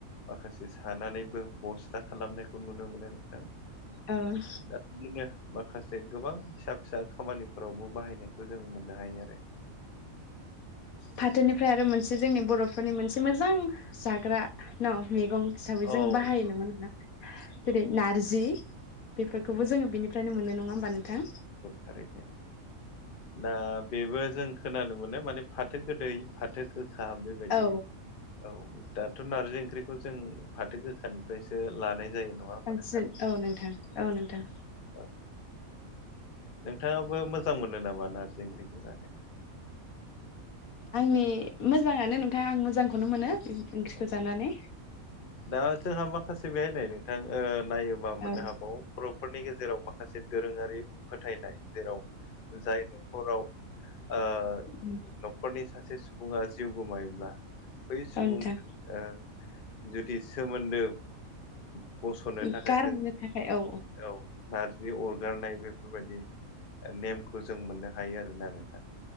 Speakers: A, on the left; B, on the left.
A: माखासे सानानैबो बस्था खालामनायखौ नुनो मोनो नोंथां
B: ओम
A: दा बिदिनो माखासे गोबां फिसा फिसा खामानिफोरावबो बाहायनायखौ जों मोननो हायो आरो
B: फाथोनिफ्राय आरो मोनसे जोंनि बर'फोरनि मोनसे मोजां जाग्रा न' मेगं हिसाबै जों
A: औ
B: बाहायो नङा ओमबा जेरै नारजि बेफोरखौबो जोङो बिनिफ्रायनो मोननाय नङा होमबा नोंथां
A: औ थारैनो दा बेबो जों खोनानो मोनो माने फाथो गोदै फाथो गोखा बेबायदि
B: औ
A: औ दाथ' नार्जि ओंख्रिखौ जों फाथो गोखानिफ्रायसो लानाय जायो नङा होमबा
B: बांसिन
A: नोंथां
B: औ नोंथां औ नोंथां
A: औ नोंथाङाबो मोजां मोनो नामा नारजि ओख्रिखौ जानो
B: आंनि मोजाङानो नोंथां आं मोजांखौनो मोनो ओंख्रिखौ
A: औ
B: जानानै
A: दा जोंहा माखासे बेहायनाय नोंथां नायोबा मोननो
B: औ
A: हाबावो बर'फोरनि गेजेराव माखासे दोरोङारि फोथायनाय जेराव जाय न'खराव ओ
B: उम
A: न'खरनि सासे सुबुङा जिउ गोमायोब्ला बै सुबंनो
B: औ नोंथां
A: ओ जुदि सोमोन्दो ओ बस'नो
B: उम
A: थाखाय
B: गारनो
A: जों
B: थाखाय औ
A: औ नार जि अरगारनाय बेफोरबायदि नेमखौ जों मोननो हायो आरोना नोंथां